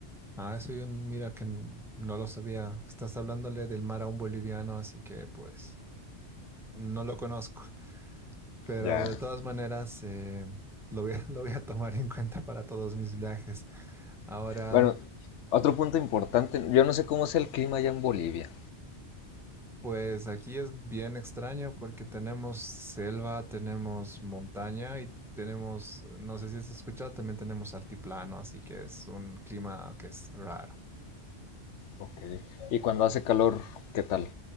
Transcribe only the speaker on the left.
Ya.
Bueno, otro punto importante, yo no sé cómo sea el clima allá en Bolivia.
Ok. Y cuando hace calor, ¿qué tal?